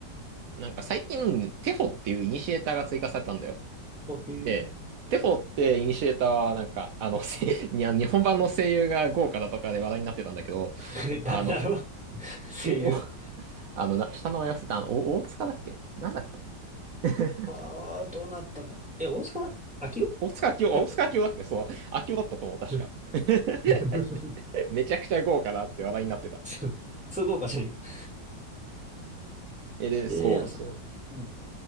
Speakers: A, on the right; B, in the centre.
A: なんか最近、テフォっていうイニシエーターが追加されたんだよ。
B: のあ、へえ。
A: で、テフォってイニシエーターは、なんか、あの、せ <laughs> い日本版の声優が豪華だとかで話題になってたんだけど、
B: <laughs>
A: あの、
B: 誰だろう
A: お、
B: 声優。
A: お、あの、な、下の名前忘れた、あの、お大塚だっけなんだっけ <laughs>
B: ああ、どうなったんだ。え、大塚明夫
A: 大塚明夫、
B: だっけ
A: あ大塚明夫だっけそう、明夫だったと思う、確か。
B: うん
A: <laughs>
B: <laughs> そ
A: めちゃくちゃ豪華だって話題になってた。
B: うそう豪華じゃな <laughs> いか。
A: え、で、
B: ええあそう、
A: そうそう。
B: うん。